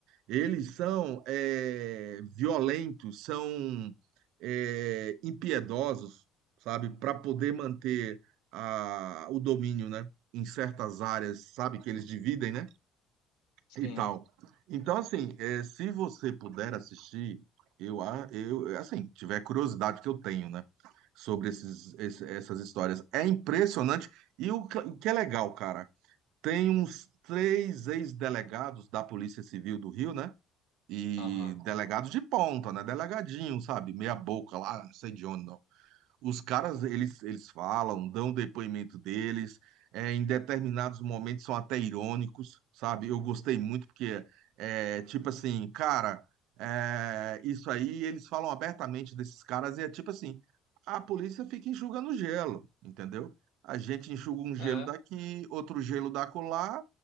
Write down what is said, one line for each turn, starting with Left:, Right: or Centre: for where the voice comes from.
Right: Eles são é, violentos, são é, impiedosos, sabe? Para poder manter a, o domínio, né? Em certas áreas, sabe? Que eles dividem, né?
Left: sim,
Right: e tal. Então, assim, é, se você puder assistir, eu, a- eu, assim, tiver curiosidade que eu tenho, né, sobre esses, esse- essas histórias, é impressionante. E o, que- o que é legal, cara, tem uns três ex-delegados da Polícia Civil do Rio, né, e
Left: aham,
Right: delegados de ponta, né, delegadinho, sabe, meia boca lá, não sei de onde, não. Os caras, eles, eles falam, dão o depoimento deles, é, em determinados momentos são até irônicos, sabe? Eu gostei muito porque, é, tipo assim, cara, é, isso aí eles falam abertamente desses caras e é tipo assim, a polícia fica enxugando gelo, entendeu? A gente enxuga um gelo
Left: é,
Right: daqui, outro gelo da colar